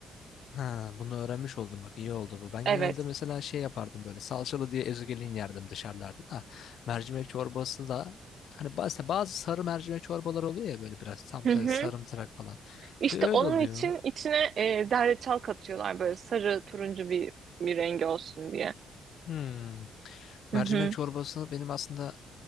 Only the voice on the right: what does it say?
Evet.
Hı
hı.
İşte
onun
için içine e, zerdeçal katıyorlar böyle sarı turuncu bir bir rengi olsun diye.
Hı
hı.